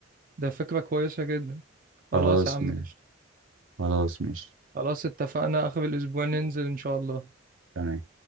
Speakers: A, on the right; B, on the right.
A: ده فكرة كويسة جدا خلاص
B: خلاص
A: يا عم
B: ماشي
A: قشطة
B: خلاص ماشي
A: خلاص اتفقنا اخر الاسبوع ننزل ان شاء الله
B: تمام